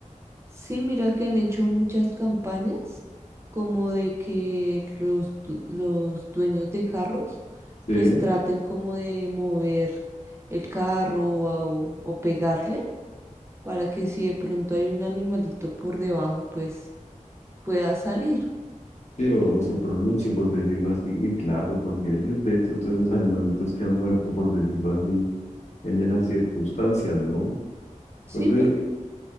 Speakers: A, on the right; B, on the left.
A: Sí, mira que han hecho muchas campañas como de que los, du- los dueños de carros
B: Sí,
A: pues traten como de mover el carro o, o pegarle para que si de pronto hay un animalito por debajo pues pueda salir.
B: sí, o, o se pronuncie, por decirlo así, y claro, porque es denso todos esos animalitos que han muerto, por decirlo así, en esas circunstancias, ¿no?
A: Sí,
B: Por ejemplo,
A: porque